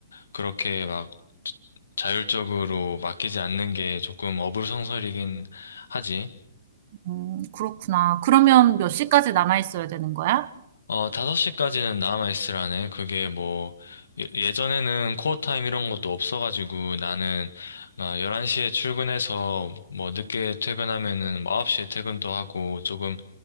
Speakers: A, on the left (about 85°); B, on the right (about 45°).
A: 그렇게 막 자율적으로 맡기지 않는 게 조금 어불성설이긴 하지.
B: 음, 그렇구나. 그러면 몇 시까지 남아 있어야 되는 거야?
A: 어, 5시까지는 남아있으라네. 그게 뭐, 예- 예전에는 코어 타임 이런 것도 없어가지고 나는 막 11시에 출근해서 뭐 늦게 퇴근하면은 뭐 9시에 퇴근도 하고 조금